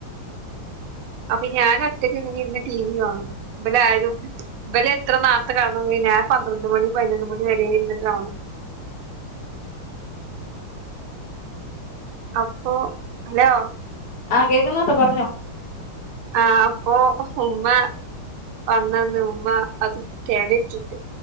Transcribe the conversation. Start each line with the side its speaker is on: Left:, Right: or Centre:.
Right: അപ്പ ഇനി ഞാൻ ഒറ്റക്ക് ഇങ്ങനെ ഇരുന്ന് ടി വി കാണും ഇവിടെ ആരും ഇവള് എത്ര നേർത്ത് കടന്നന്നി ഞാൻ പന്ത്രണ്ട് മണി പതിനൊന്ന് മണി വരെ ഇരുന്ന് കാണും. അപ്പോ ഹലോ
Left: ആഹ് കേക്കുന്നുണ്ട് പറഞ്ഞോ
Right: ആഹ് അപ്പൊ ഉമ്മ വന്നന്ന് ഉമ്മ അത് കേടാക്കിട്ട്